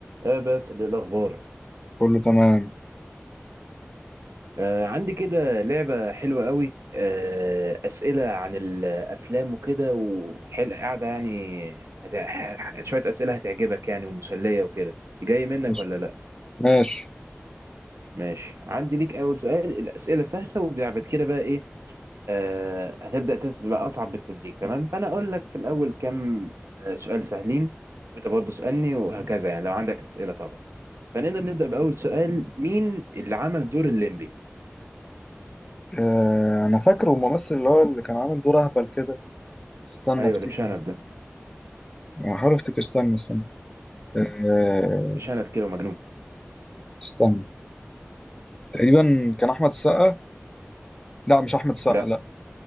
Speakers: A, on the right; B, on the left.
A: آه بس للأخبار
B: كله تمام
A: آه عندي كده لعبة حلوة قوي آه أسئلة عن الأفلام وكده وحل قاعدة يعني هت... ه- شوية أسئلة هتعجبك يعني ومسلية وكده جاي منك
B: ماشي
A: ولا لأ
B: ماشي
A: ماشي عندي ليك أول سؤال الأسئلة سهلة وبعد كده بقى إيه آه هتبدأ تسأل بقى أصعب بالتدريج تمام فأنا أقول لك في الأول كام آه سؤال سهلين وأنت برضه اسألني وهكذا يعني لو عندك أسئلة طبعا فنقدر نبدأ بأول سؤال مين اللي عمل دور الليمبي
B: آه انا فاكره الممثل اللي هو اللي كان عامل دور اهبل كده استنى
A: ايوه
B: افتكر
A: اللي بشنب ده
B: احاول افتكر استنى استنى آه
A: بشنب كده ومجنون
B: استنى تقريبا كان احمد السقا لا مش احمد السقا
A: لا
B: لا